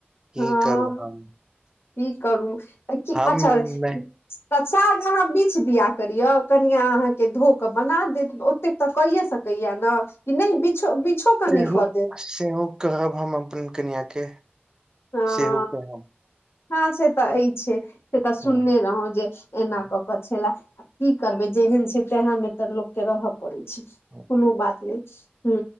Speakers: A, on the right (about 20°); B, on the left (about 80°).
A: की
B: हँ।
A: करू हम
B: क करू अच्छा।
A: हम
B: तऽ
A: नहि
B: साग अहाँ बीछि दिया करियौ कनिआ अहाँके धो कऽ बना देत। तेक तऽ कहिे सकैया ने कि नहि बि बिछो के
A: सेहो
B: नय कऽ देत।
A: सेहो कहब हम अपन कनआ के
B: हँ
A: सेहो कहब।
B: हँ से तऽ ई छै से तऽ सुननेे
A: हूँ
B: रहौं जे एना
A: हूँ
B: क। कछा आ की करबे जेहन छै तेहा मे तऽ लोकके रह छै
A: हूँ
B: कोनो बात नहि